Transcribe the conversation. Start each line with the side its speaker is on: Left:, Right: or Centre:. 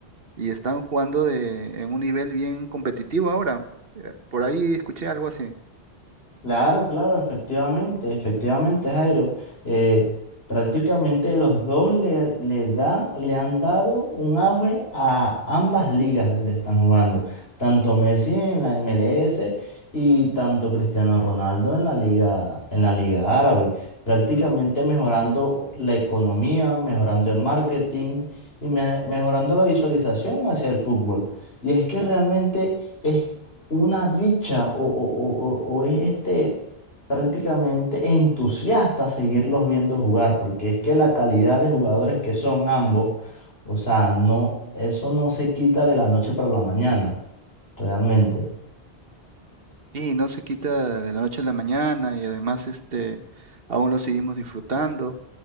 Right: y están jugando de, en un nivel bien competitivo ahora. Eh, Por ahí escuché algo así.
Left: Claro, claro, efectivamente, efectivamente, Jairo. Eh, prácticamente los dos le, le da- le han dado un auge a ambas ligas donde están jugando, tanto Messi en la MLS y tanto Cristiano Ronaldo en la liga, en la liga árabe, prácticamente mejorando la economía, mejorando el marketing y me- mejorando la visualización hacia el fútbol. Y es que realmente es una dicha o, o- o- o- o es este prácticamente entusiasta seguirlos viendo jugar, porque es que la calidad de jugadores que son ambos, o sea, no, eso no se quita de la noche para la mañana, realmente.
Right: Sí, no se quita de la noche a la mañana y además este, aún lo seguimos disfrutando.